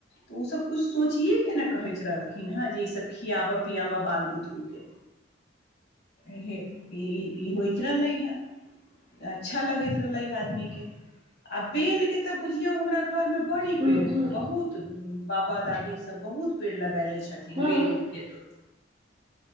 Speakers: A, on the left; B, on the right.
A: उ सब कुछ सोचिये के ने कहैच रहल खिन हय जे ई सब खियाबा, पियाबा बाल बुतरु केे इहे ई ई ई होएत रहलै हय, अच्छा लगैत रहले हय आदमी के आ बेल के ते बुझियौ हमरा घर मे बड़ी
B: हूँ
A: पेड़
B: हूँ
A: बहुत बाबा दादी सब बहुत पेड़ लगेलै
B: हूँ
A: बेल उल के त